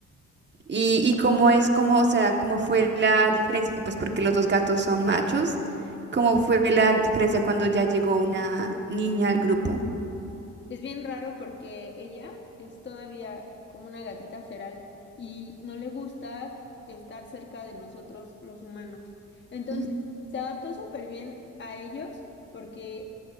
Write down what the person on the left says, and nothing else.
Es bien raro porque ella es todavía como una gatita feral y no le gusta estar cerca de nosotros los humanos. Entonces,
se adaptó súper bien a ellos porque